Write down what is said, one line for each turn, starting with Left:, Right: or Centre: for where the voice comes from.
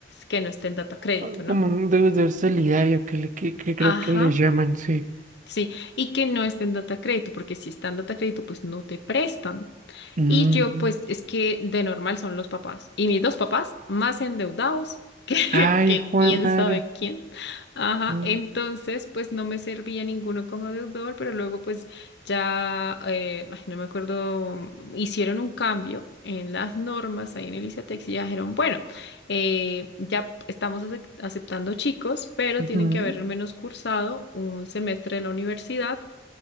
Left: que no esté en data crédito,
Right: Ah,
Left: ¿no?
Right: Como un deudor solidario que, le, que, que creo
Left: Ajá.
Right: que le llaman, sí.
Left: Sí, y que no esté en data crédito, porque si está en data crédito, pues no te prestan.
Right: Mm.
Left: Y yo, pues es que de normal son los papás. Y mis dos papás más endeudados que,
Right: Ay,
Left: <laughs> que
Right: Juan
Left: quién
Right: madre.
Left: sabe quién. Ajá,
Right: Mm,
Left: entonces, pues no me servía ninguno como deudor, pero luego, pues ya, eh, ay, no me acuerdo, hicieron un cambio en las normas ahí en el ICETEX y ya dijeron, bueno. Eh, ya estamos acep- aceptando chicos, pero
Right: ujú.
Left: tienen que haber al menos cursado un semestre de la universidad